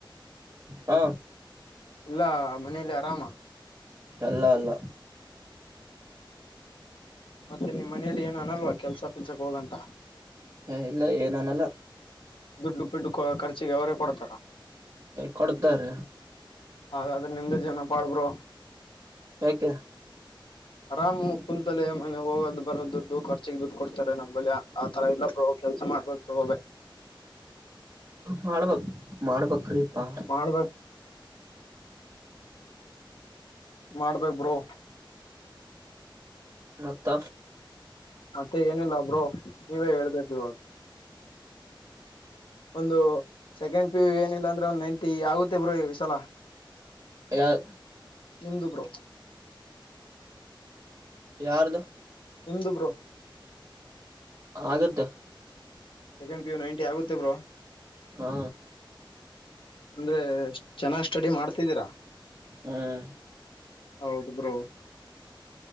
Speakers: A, on the right; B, on the left.
A: ಹ
B: ಎಲ್ಲಾ ಮನೇೆಯಲ್ಲಿ ಆರಾಮ
A: ಅಲ್ಲ ಅಲ್ಲ
B: ಮತ್ತೆ ನಿಮ್ ಮನೇಲಿ ಏನ್ ಅನಲ್ವಾ ಕೆಲ್ಸ ಪಲ್ಸಕ್ ಹೋಗಂತ
A: ಹ ಇಲ್ಲ ಏನಾನಲ್ಲ
B: ದುಡ್ಡು ದುಡ್ಡು ಖರ್ಚಿಗೆ ಅವರೇ ಕೊಡ್ತಾರ
A: ಕೊಡ್ತಾರ
B: ಹಾಗಾದ್ರೆ ನಿಮ್ದೇ ಜವನ ಪಾಡ್ಬ್ರರು
A: ಯೆ
B: ಆರಾಮ್ ಕುಂತಲೆ ಮನೆ ಹೋಗೋದು್ ಬರೋ ದುಡ್ಡು ಖರ್ಚಿಗೆ ದುಡ್ಡು ಕೊಡ್ತಾರೆ ನಮ್ಮಂಬಲ್ಯ ಆ ತರ ಇಲ್ಲ ಪ್ರ ಕೆಲ್ಸ ಮಾಡ್ಬೇಕಕ್ ಹೋಗ
A: ಮಾಡ್ಬ ಮಾಡ್ಬಕ್ ಪ್ಪಾ
B: ಮಾಡ್ಬೇಕ್ ಮಾಡ್ಬೇಕೇಕ್ ಬ್ರೋ
A: ಮತ್ತ
B: ಮತ್ತೆ ಏನಿಲ್ಲ ಬ್ರೋ ನೀವೇ ಹೇಳ್ಬೇಕು ಇವಾಗ ಒಂದು ಸೆಕೆಂಡ್ ಪಿ ಏನಿಲ್ಲ ಅಂದ್ರೆ ಒಂದ್ ನೈಂಟಿ ಆಗುತ್ತೆ ಬ್ರೋ ಈ ಸಲ
A: ಯಾರ
B: ನಿಮು ಬ್ರೋ
A: ಯಾರದ
B: ನಿಂದು ಬೋ
A: ಆಗತ್ತೆ
B: ಸೆಂಡ ಪ್ಯು ನೈನ್ಟಿ ಆಗುತ್ತೆರು
A: ಹಾ
B: ಅಂದ್ರೆ ಚೆನ್ನಾಗ್ ಸ್ಟಡಿ ಮಾಡ್ತಿದ್ದೀರಾ
A: ಹ್ಮ್
B: ಹೌದು ಬ್ರೋ